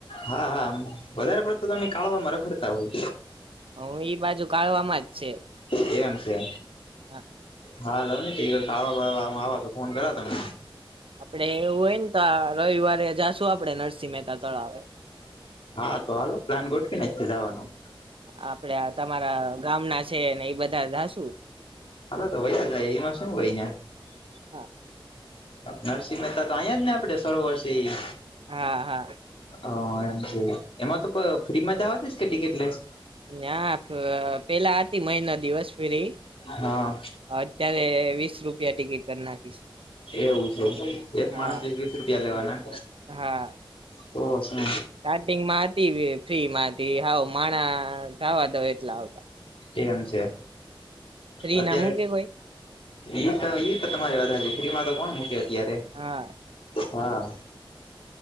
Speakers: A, on the left; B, on the right.
A: હા હા વધારે પડતો તમને કાળવામાં રખડતા હોય.
B: હ એ બાજુ કાળવામાં જ છે.
A: એમ છે.
B: હા.
A: હા લાવ ને <unintelligible> કર કાળવા <unintelligible> આવ તો ફોન કરા તમે
B: આપડે એવું હોય ને તો રવિવારે જાશું આપડે નરસિંહ મહેતા તળાવે
A: હા તો હાલો પ્લાન ગોઠવી નાખીયે જાવાનો
B: આપડે આ તમારા ગામના છે ને એ બધા જાશું
A: હાલો તો <unintelligible> જાય એમાં શું હોય અંયા
B: હા.
A: નરસિંહ મહેતા તો અંયા જ ને આપડે સરોવરસે ઈ
B: હા હા
A: હ એમ કેય એમાં તો ફ્રીમાં જવા દસ કે ટિકિટ લેસ
B: ના પેલાતી મહિનો દિવસ ફ્રી
A: હા
B: અત્યારે વીસ રૂપિયા ટિકિટ કરી નાખીશ
A: એવું છે એક
B: હા
A: માણસ વીસ વીસ રૂપિયા લેવાના
B: હા
A: તો શું
B: સ્ટાર્ટિંગમાં હતી ફ્રીમાંથી હાવ માણા જાવા દાવ એટલા આવતા
A: એમ છે
B: ફ્રી
A: અત્યારે
B: ના મૂકે કોઈ
A: ઈ તો ઈ તો તમારે <unintelligible> બધા છે <unintelligible> ફ્રીમાં તો કોણ મૂકે અત્યારે
B: હા
A: હા